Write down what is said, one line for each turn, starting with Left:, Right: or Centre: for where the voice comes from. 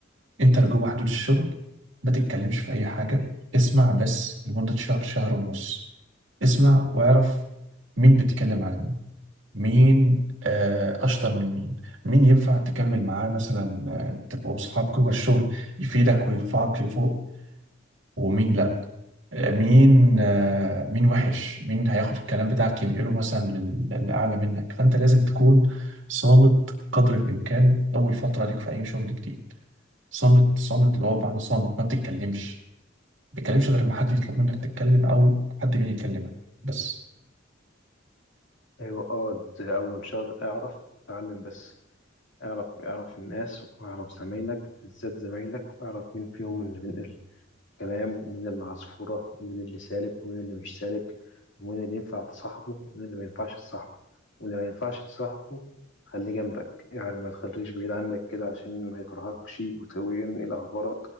Right: انت لو جوه حدود الشغل ما تتكلمش في اي حاجه اسمع بس لمده شهر شهر ونص اسمع واعرف مين بتتكلم على مين مين آه، اشطر من مين مين ينفع تكمل معاه مثلا آه، تبقوا اصحاب جوه الشغل يفيدك ويرفعك لفوق ومين لا آه، مين آه، مين وحش مين هياخد الكلام بتاعك ينقله مثلا لل- للاعلى منك فانت لازم تكون صامت قدر الامكان اول فتره ليك في اي شغل جديد صامت صامت اللي هو بمعنى صامت ما بتتكلمش ما بتتكلمش غير ما حد يطلب منك تتكلم او حد جاي يكلمك بس
Left: أيوة اقعد أول شهر اعرف اتعلم بس اعرف اعرف الناس واعرف زمايلك بالذات زمايلك واعرف مين فيهم اللي بينقل كلام ومين اللي عصفورة ومين اللي سالك ومين اللي مش سالك ومين اللي ينفع تصاحبه ومين اللي ما ينفعش تصاحبه واللي ما ينفعش تصاحبه خليه جنبك يعني ما تخليش بعيد عنك كده عشان ما يكرهكش وت- وينقل أخبارك